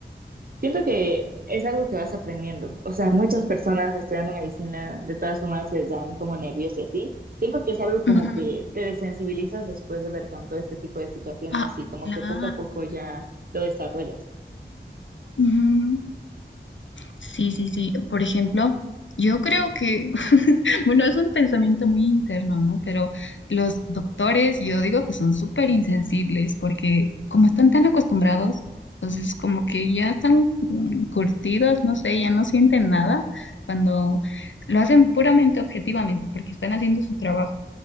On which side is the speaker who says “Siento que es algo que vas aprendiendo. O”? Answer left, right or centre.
Right